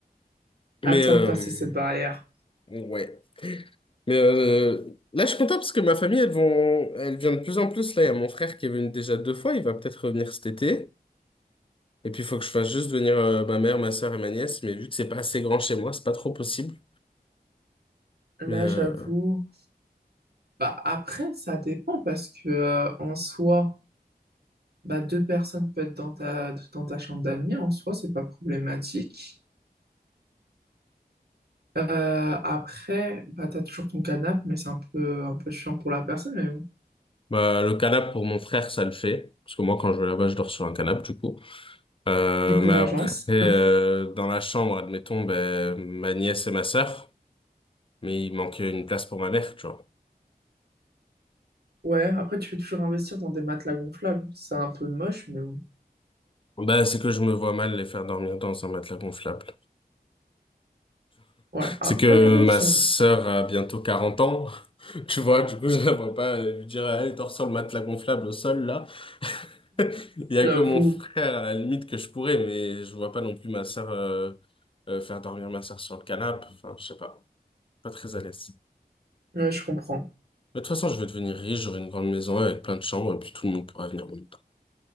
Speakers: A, on the left; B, on the right.
A: Mais,
B: attends
A: euh,
B: de passer cette barrière.
A: ouais. Mais euh, là, je suis content parce que ma famille, elles vont, elle vient de plus en plus. Là, il y a mon frère qui est venu déjà deux fois. Il va peut-être revenir cet été. Et puis, il faut que je fasse juste venir euh, ma mère, ma soeur et ma nièce. Mais vu que c'est pas assez grand chez moi, c'est pas trop possible.
B: Là,
A: Mais, euh,
B: j'avoue. Bah, après, ça dépend parce que euh, en soi, bah, deux personnes peuvent être dans ta, dans ta chambre d'amis. En soi, c'est pas problématique. Euh, après, bah, t'as toujours ton canapé, mais c'est un peu, un peu chiant pour la personne. Mais bon.
A: Bah, le canap pour mon frère, ça le fait. Parce que moi, quand je vais là-bas, je dors sur un canap du coup. Euh,
B: Du coup,
A: mais
B: vengeance.
A: après, euh,
B: <laughs>
A: dans la chambre, admettons, ben, ma nièce et ma sœur, mais il manquait une place pour ma mère, tu vois.
B: Ouais, après, tu peux toujours investir dans des matelas gonflables. C'est un peu moche, mais bon.
A: Bah, c'est que je me vois mal les faire dormir dans un matelas gonflable.
B: Ouais, après,
A: C'est que
B: il y en a
A: ma
B: qui sont,
A: sœur a bientôt quarante ans, <laughs> tu vois, du coup, je la vois pas euh, lui dire, allez, dors sur le matelas gonflable au sol, là. <laughs> Il y a
B: j'avoue.
A: que mon frère, à la limite, que je pourrais, mais je vois pas non plus ma sœur, euh, euh, faire dormir ma sœur sur le canapé. Enfin, je sais pas. Pas très à l'aise.
B: Ouais, je comprends.
A: Mais de toute façon, je vais devenir riche, j'aurai une grande maison avec plein de chambres et puis tout le monde pourra venir en même temps.